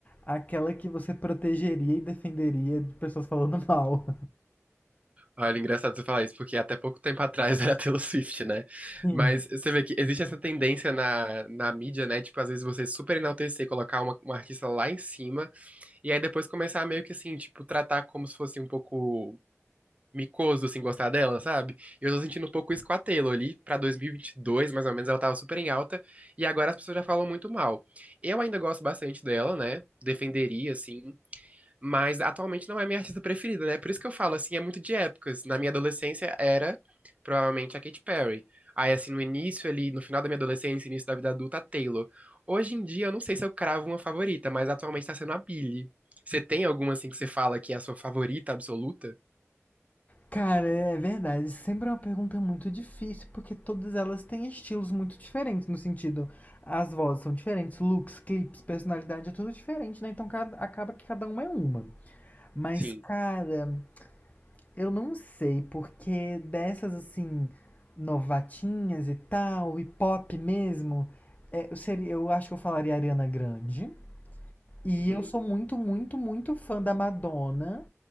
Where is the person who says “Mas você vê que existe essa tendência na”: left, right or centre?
Right